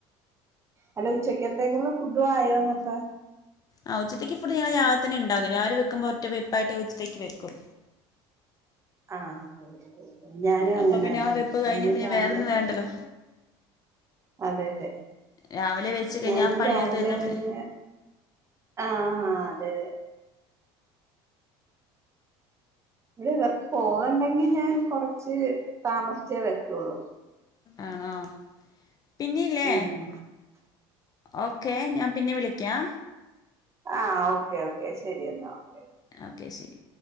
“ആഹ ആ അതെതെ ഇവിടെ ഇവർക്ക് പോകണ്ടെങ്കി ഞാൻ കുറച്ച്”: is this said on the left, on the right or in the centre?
Right